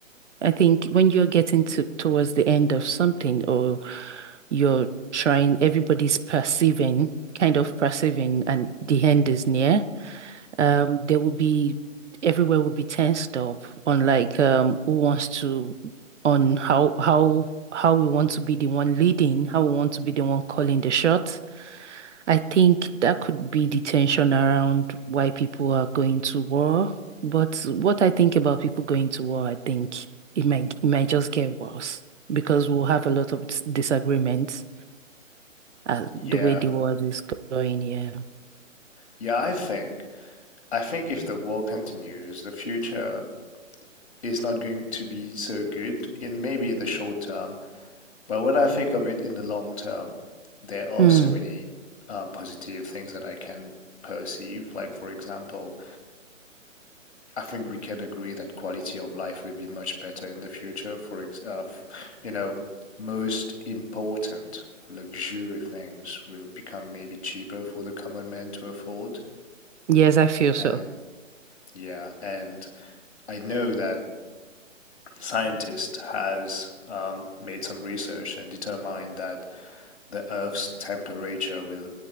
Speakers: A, on the right; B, on the left.
A: I think when you're getting to towards the end of something or you're trying everybody's perceiving kind of perceiving and the end is near um there will be everywhere will be tensed up on like um who wants to on how how how we want to be the one leading how we want to be the one calling the shots I think that could be the tension around why people are going to war but what I think about people going to war I think it might it might just get worse because we'll have a lot of dis- disagreements uh,
B: Yeah.
A: the way the world is going yeah
B: Yeah, I think I think if the war continues, the future is not going to be so good in maybe in the short term, but when I think of it in the long term, there are
A: Mm.
B: so many uh, positive things that I can perceive. Like, for example, I think we can agree that quality of life will be much better in the future. For ex uh, you know, most important luxury things will become maybe cheaper for the common man to afford.
A: yes I feel so
B: And yeah, and I know that scientist has um, made some research and determined that the Earth's temperature will